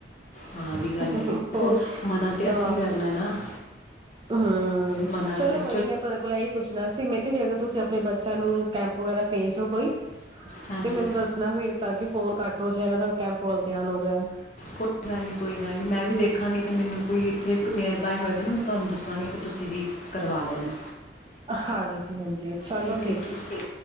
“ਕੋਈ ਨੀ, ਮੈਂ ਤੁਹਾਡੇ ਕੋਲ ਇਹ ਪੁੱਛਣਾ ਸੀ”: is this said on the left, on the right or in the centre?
Right